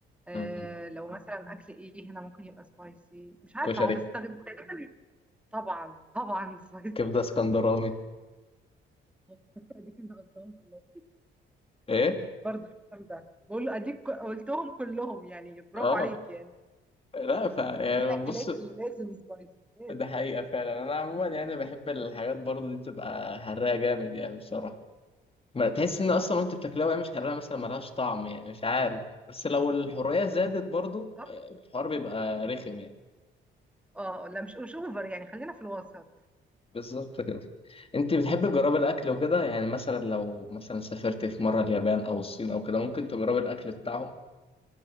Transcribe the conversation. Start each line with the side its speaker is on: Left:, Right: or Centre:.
Centre: آه
Left: م- م.
Centre: لو مثلا اكل ايه هنا ممكن يبقى سبايسي مش عارفه
Left: كشري
Centre: هو بستخدم تقريبا طبعا طبعا سبايسي
Left: كبدة
Centre: جدا
Left: اسكندراني
Centre: <laughs> دي كنت غلطان كلهم
Left: ايه
Centre: برضه الفطار ده بقول له اديك ك- قلتهم كلهم يعني برافو
Left: اه
Centre: عليك يعني
Left: لا ف يعني
Centre: دي الاكلات
Left: بص
Centre: اللي لازم سبايسي لازم
Left: ده حقيقة فعلا أنا عموما يعني بحب الحاجات برضه دي تبقى حراقة جامد يعني بصراحة ما تحس إن أصلا
Centre: اه
Left: وأنت بتاكلها وهي مش حراقة مثلا ملهاش طعم يعني مش عارف بس لو الحرية زادت برضه
Centre: صح؟
Left: آه، الحوار بيبقى رخم يعني
Centre: اه لا مش مش اوفر يعني خلينا في الوسط
Left: بالظبط كده أنت بتحب تجربي الأكل وكده يعني مثلا لو مثلا سافرت في مرة اليابان أو الصين أو كده ممكن تجربي الأكل بتاعهم